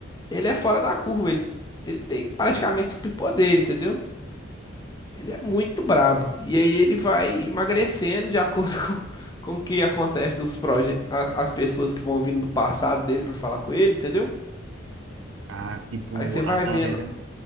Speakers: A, on the left; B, on the right.
A: ele é fora da curva, ele, ele tem praticamente superpoder, entendeu? Ele é muito brabo. E aí ele vai emagrecendo de acordo <laughs> com, com o que acontece os proje a- as pessoas que vão vindo do passado dele pra falar com ele, entendeu?
B: A, tipo,
A: Aí você
B: a
A: vai
B: galera,
A: vendo,